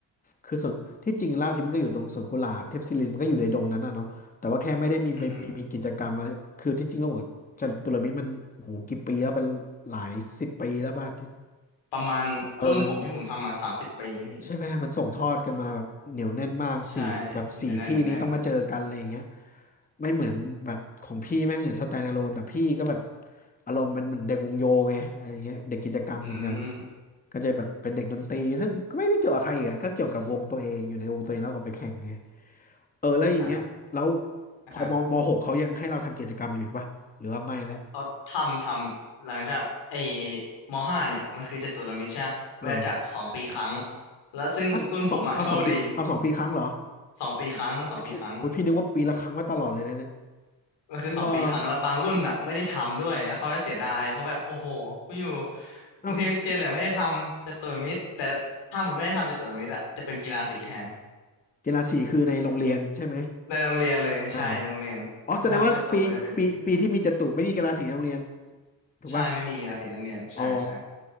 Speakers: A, on the left; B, on the left.
A: คือส่วนที่จริงเล่าฮิปมันก็อยู่ตรงสวนกุหลาบเทพศิรินมันก็อยู่ในดงนั้นน่ะเนาะแต่ว่าแค่ไม่ได้มีไปมีมีกิจกรรมอะไรคือที่จริงก็เหมือนจตุรมิตรมันโอ้โหกี่ปีแล้วเป็นหลายสิบปีแล้วป่ะที่
B: อือฮึประมาณรุ่นผมที่ผมทำมาสามสิบปีพี่
A: เออมันใช่ไหมมันส่งทอดกันมาแบบเหนียวแน่นมากสี่แบบสี่ที่นี้ต้องมาเจอกันอะไรอย่างเงี้ย
B: ใช่เนี่ยแน่นเนี่ยแน่น
A: ไม่เหมือนแบบของพี่ไม่เหมือนสแตนด์อะโลนแต่พี่ก็แบบอารมณ์เป็นเหมือนเด็กวงโยไงอะไรเงี้ยเด็กกิจกรรมเหมือนกัน
B: อืม
A: ก็จะแบบเป็นเด็กดนตรีซึ่งก็ไม่ได้เกี่ยวกับใครอีกอะก็เกี่ยวกับวงตัวเองอยู่ในวงตัวเองแล้วก็ไปแข่งไงเออแล้วอย่างเงี้ยแล้ว
B: อ่ะนะฮะ
A: พอมมหกเขายังให้เราทำกิจกรรมอยู่อีกปะหรือว่าไม่แล้ว
B: เขาทำทำ หลังจากไอ้มห้าเนี่ย มันคือจตุรมิตรใช่ไหมเวลาจัดสองปีครั้ง
A: เออ
B: แล้วซึ่งรุ่นผมอะโชคดี
A: อ่ะสองเอาสองปีเอาสองปีครั้งเหรอ
B: สองปีครั้งสองปีครั้ง
A: พี่โอ้ยพี่นึกว่าปีละครั้งมาตลอดเลยนะเนี่ย
B: มันคือสองปีครั้งแล้วบางรุ่นอ่ะไม่ได้ทำด้วยแล้วเขาจะเสียดายเพราะแบบโอ้โหกูอยู่
A: รอเอ้า
B: กรุงเทพคริสเตียนเนี่ยไม่ได้ทำจตุรมิตรแต่ถ้ามุนไม่ได้ทำจตุรมิตรอ่ะจะเป็นกีฬาสีแทน
A: กีฬาสีคือในโรงเรียนใช่ไหม
B: ในโรงเรียนเลยใช่ในโรงเรียนแต่ถ้ามุนจตุมันจะเป็น
A: อ่า อ๋อแสดงว่าปีปีปีที่มีจตุไม่มีกีฬาสีในโรงเรียนถูกป่ะ
B: ใช่ไม่มีกีฬาสีในโรงเรียนใช่ใช่
A: อ๋อ